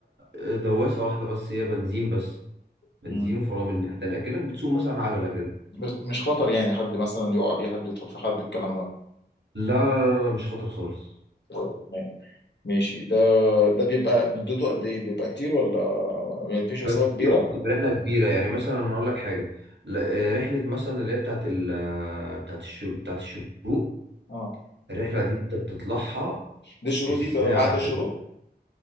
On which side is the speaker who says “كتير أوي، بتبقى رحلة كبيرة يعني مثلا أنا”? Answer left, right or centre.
Right